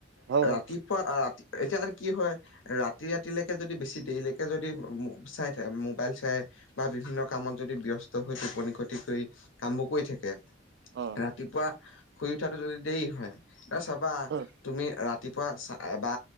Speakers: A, on the right (about 60°); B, on the left (about 75°).
A: হয় হয়
B: ৰাতিপুৱা ৰাতি এতিয়া আৰু কি হয়। ৰাতি ৰাতিলৈকে যদি বেছি দেৰিলৈকে যদি চাই থ মোবাইল চাই বা বিভিন্ন কামত যদি ব্যস্ত হৈ টোপনি ক্ষতি কৰি কামবোৰ কৰি থাকে।
A: অ'
B: ৰাতিপুৱা শুই উঠাটো যদি দেৰি হয় এতিয়া চাবা।
A: উম
B: তুমি ৰাতিপুৱা চা বা